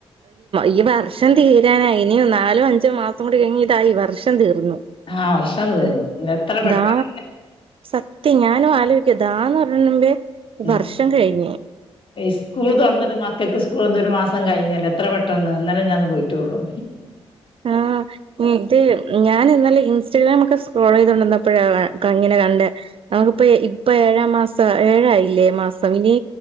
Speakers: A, on the right; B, on the left.
A: ഈ വർഷം തീരാനയി ഇനിയും നാലോ അഞ്ചോ മാസം കൂടി കഴിഞ്ഞി ഇതാ ഈ വർഷം തീർന്നു
B: ആഹ് വർഷം തീർന്നു
A: ഹെ
B: എത്ര
A: ന്താ
B: പെട്ടെന്ന്
A: സത്യം ഞാനും ആലോചിക്കും താ പറ്ന്ന് മുപേ
B: ഉം
A: വർഷം കഴിഞ്ഞു.
B: സ്കൂൾ തുറന്നിട്ട് മക്കൾക്ക് സ്കൂൾ എന്തരു മാസം കഴിഞ്ഞാല്ലോ എത്ര പെട്ടെന്ന് ഇന്നലെ മിഞ്ഞാന്ന് പോയിട്ടോള്ളൂ
A: ആഹ ഇത് ഞാൻ ഇന്നാല ഇൻസ്റ്റാഗ്രാമേക്കെ സ്രോൾ ചെയ്തൊണ്ടിന്നപ്പോഴാണ് ഇങ്ങനെ കണ്ട് നമുക്കിപ്പ ഇപ്പൊ ഏഴാം മാസം ഏഴായിയില്ലേ മാസം ഇനി